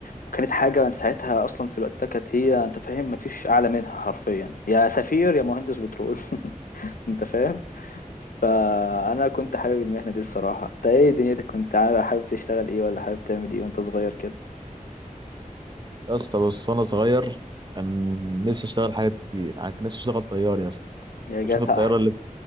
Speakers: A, on the left (about 80°); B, on the right (about 30°).
A: وكانت حاجة ساعتها أصلا في الوقت ده كانت هي أنت فاهم مفيش أعلى منها حرفيا يا سفير يا مهندس بترول <laughs> أنت فاهم فانا كنت حابب المهنه دي الصراحه انت ايه دنيتك كنت عا- حابب تشتغل ايه ولا حابب تعمل ايه وانت صغير كده
B: يا اسطى بص وأنا صغير كان نفسي أشتغل حاجات كتير يعني كان نفسي أشتغل طيار يا اسطى
A: يا جدع
B: بشوف الطياره اللي